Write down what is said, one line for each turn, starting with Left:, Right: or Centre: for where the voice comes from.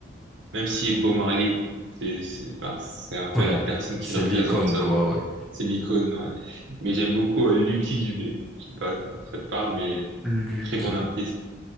Right: même si Bob Marley, c'est c'est ben, c'est un
Centre: <laughs>
Right: peu
Centre: Ouais,
Right: la personne
Centre: c'est
Right: qui représente,
Centre: l'icône,
Right: euh,
Centre: quoi, ouais.
Right: c'est l'icône, ouais. Mais j'aime beaucoup euh, Lucky Dubé. Je sais pas si ça te parle, mais
Centre: Luke.
Right: très bon artiste.